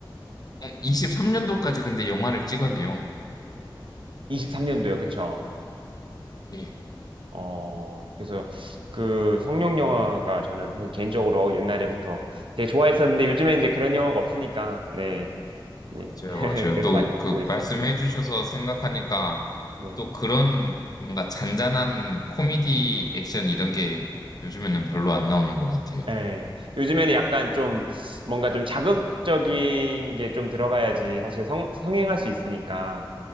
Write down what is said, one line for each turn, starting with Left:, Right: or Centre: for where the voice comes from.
Left: 십삼 년도까지 근데 영화를 찍었네요.
Right: 23년도요, 그쵸?
Left: 예,
Right: 어, 그래서 그 성룡 영화가 저는 사실 개인적으로 옛날에부터 되게 좋아했었는데 요즘에 이제 그런 영화가 없으니까, 네. 네.
Left: 맞아요,
Right: <laughs>
Left: 맞아요.
Right: 그래서
Left: 또
Right: 많이 못
Left: 그
Right: 보고 있어요.
Left: 말씀해 주셔서 생각하니까
Right: 네.
Left: 또 그런 뭔가 잔잔한 코미디 액션 이런 게 요즘에는 별로 안 나오는 것 같아요.
Right: 예. 요즘에는 약간 좀 뭔가 좀 자극적인 게 좀 들어가야지 사실 성, 성행할 수 있으니까